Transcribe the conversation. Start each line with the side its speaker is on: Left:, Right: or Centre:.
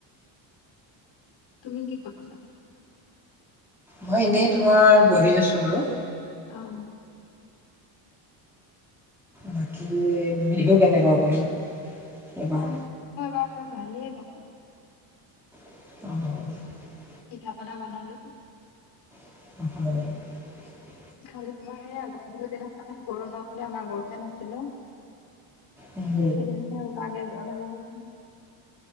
Left: তুমি কি কৰিছা
Centre: মই এনেই তোমাৰ বহি আছো বাৰ
Left: আ অ'
Centre: বাকী বিহু কেনেকুৱা গ'ল এইবাৰ
Left: অ' এইবাৰ ভালেই হ' ব
Centre: অ'
Left: পিঠা পনা বনালো
Centre: অ <unintelligible>
Left: খালি তোমাৰ স দিনা গৰু নহলে আমাৰ গৰুৱে নাছিলে
Centre: উম
Left: সেইদিনা হে অ <unintelligible>